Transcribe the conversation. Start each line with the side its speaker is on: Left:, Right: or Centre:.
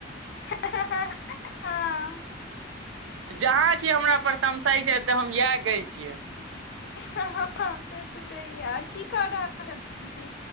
Left: हँ हँ हँ।
Right: जहाँ की हमरा तमशाई छैय तऽ हम इएह कहै छियै।
Left: हँ हँ हँ से तऽ छैये आर की क रहल छी।